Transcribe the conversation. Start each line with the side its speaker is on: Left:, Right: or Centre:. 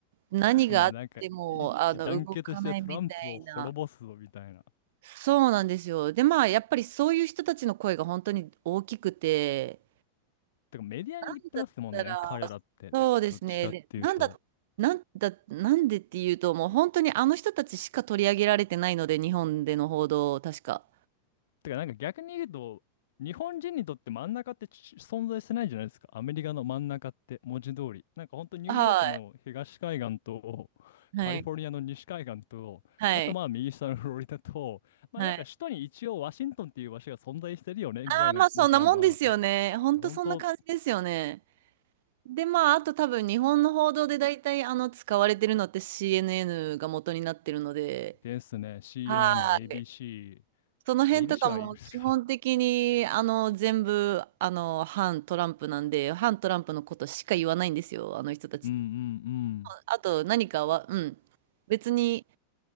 Right: 何があっても、
Left: まあなんか一致団結してトランプを滅ぼすぞみたいな。
Right: あの、動かないみたいな。そうなんですよ。で、まあ、やっぱりそういう人たちの声が本当に大きくて、
Left: てかメディアに言ってますもんね、
Right: なんだったら、
Left: 彼らって。
Right: そうですね。
Left: どっちかっていうと。
Right: で、なんだ、なんだ、なんでっていうと、もう本当にあの人たちしか取り上げられてないので、日本での報道、確か。
Left: てかなんか逆に言うと、日本人にとって真ん中ってち存在してないじゃないですか。アメリカの真ん中って文字通り。なんかほんとニューヨークの東海岸とカリフォルニアの西海岸と、
Right: はい。はい。はい。
Left: あとまあ右下のフロリダと、まあなんか首都に一応ワシントンっていう場所が存在してるよねぐらいの、
Right: はい。ああ、まあそんなもんですよね。
Left: なんかまあ
Right: 本当そんな感じですよね。
Left: 本当
Right: で、まあ、あと多分日本の報道で大体あの使われてるのって CNN が元になってるので、
Left: ですね。CNN、
Right: はい。
Left: ABC。
Right: その辺とかも基本的にあの全部あの反トランプなんで反トランプのことしか言わないんですよあの人たち。
Left: ABC はイーグルスか。<laughs> うんうんうん
Right: あと何かは、うん、別に